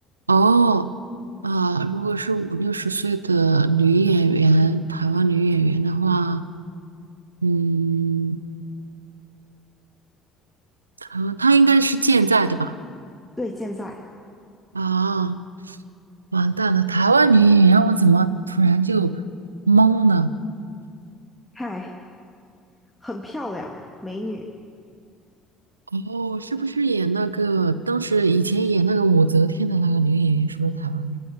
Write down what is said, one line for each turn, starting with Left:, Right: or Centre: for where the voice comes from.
Right: 哦，啊、如果是五六十岁的女演员，台湾女演员的话，嗯，台湾她应该是健在的吧？
Centre: 对，健在，
Right: 啊。完蛋了，台湾女演员，我怎么突然就懵了？
Centre: 嗨，很漂亮，美女，
Right: 哦，是不是演那个当时以前演那个武则天的那个女演员，是不是台湾的？